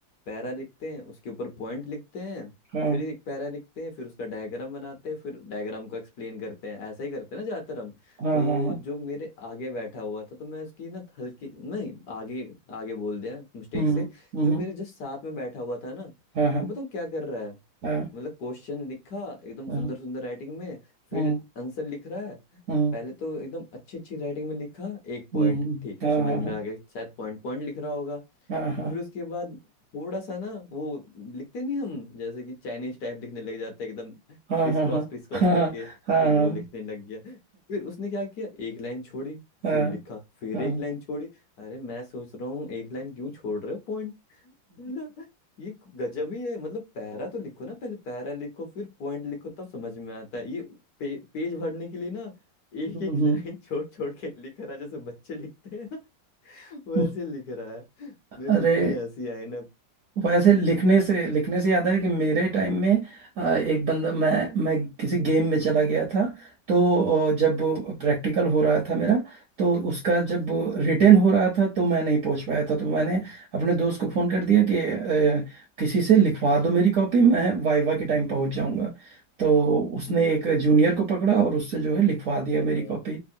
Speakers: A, on the left; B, on the right.
A: पैरा लिखते हैं उसके ऊपर पॉइंट लिखते हैं
B: हाँ
A: फिर एक पैरा लिखते हैं फिर उसका डायग्राम बनाते हैं फिर डायग्राम को एक्सप्लेन करते हैं ऐसा ही करते हैं ना ज्यादातर हम
B: हाँ
A: तो
B: हाँ हाँ
A: जो मेरे आगे बैठा हुआ था तो मैं उसकी ना हल्की नहीं आगे आगे बोल दिया मिस्टेक
B: हम्म
A: से
B: हम्म
A: जो मेरे जस्ट साथ में बैठा हुआ था ना
B: हाँ हाँ
A: वो बताओ क्या कर रहा है
B: हाँ
A: मतलब क्वेश्चन लिखा एकदम
B: हाँ
A: सुंदर सुंदर राइटिंग में फिर
B: हम्म
A: आंसर लिख रहा है
B: हम्म
A: पहले तो एकदम अच्छी अच्छी राइटिंग में लिखा एक
B: हम्म
A: पॉइंट ठीक
B: हाँ
A: है समझ में
B: हाँ
A: आ गया शायद पॉइंट पॉइंट लिख रहा होगा
B: हाँ
A: फिर उसके बाद थोड़ा सा ना वो लिखते नहीं हम जैसे कि चाइनीज टाइप लिखने लग जाते हैं एकदम
B: हाँ
A: क्रिस
B: हाँ
A: क्रॉस
B: हाँ
A: क्रिस क्रॉस
B: हाँ
A: करके
B: हाँ हाँ हाँ
A: फिर वो
B: हाँ
A: लिखने लग गया फिर उसने क्या किया एक लाइन छोड़ी
B: हाँ,
A: फिर
B: हाँ,
A: लिखा फिर
B: हाँ,
A: एक लाइन छोड़ी अरे मैं सोच रहा हूँ एक लाइन क्यों छोड़ रहे हो पॉइंट मतलब ये गजब ही है मतलब पैरा तो लिखो ना पहले पैरा लिखो फिर पॉइंट लिखो तब समझ में आता है ये पे, पेज भरने के लिए ना एक
B: हम्म,
A: एक लाइन छोड़ छोड़ के लिख रहा है जैसे बच्चे लिखते हैं ना <laughs> वैसे
B: हम्म,
A: लिख रहा है मेरे
B: अरे
A: को इतनी हंसी आई ना हम्म,
B: वैसे लिखने से लिखने से याद है कि मेरे टाइम में अ, एक बंदा मैं मैं किसी गेम में चला गया था तो अ, जब प्रैक्टिकल हो रहा था मेरा तो उसका जब रिटेन हो रहा था तो मैं नहीं पहुंच पाया था तो मैंने
A: हम्म,
B: अपने दोस्त को फ़ोन कर दिया कि अ, किसी से लिखवा दो मेरी कॉपी मैं वाइवा के
A: हम्म,
B: टाइम
A: हम्म,
B: पहुंच जाऊंगा तो उसने
A: हम्म,
B: एक जूनियर को पकड़ा और उससे जो है लिखवा दिया मेरी
A: हाँ,
B: कॉपी